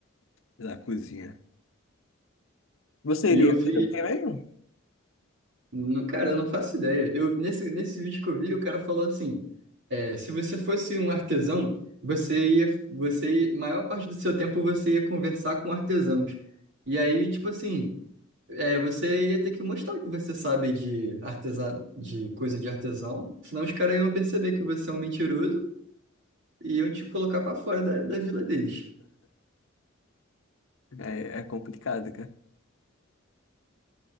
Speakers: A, on the left; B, on the right.
A: da cozinha. Você
B: E
A: iria
B: eu vi.
A: fazer o quê mesmo?
B: não- Cara, eu não faço ideia. Eu, nesse, nesse vídeo que eu vi, o cara falou assim: é, se você fosse um artesão, você ia. Você, ia- maior parte do seu tempo você ia conversar com artesãos. E aí, tipo assim, é, você ia ter que mostrar que você sabe de artesã, de coisa de artesão. Senão os caras iam perceber que você é um mentiroso e iam te colocar pra fora da, da vila deles.
A: É, é complicado, cara.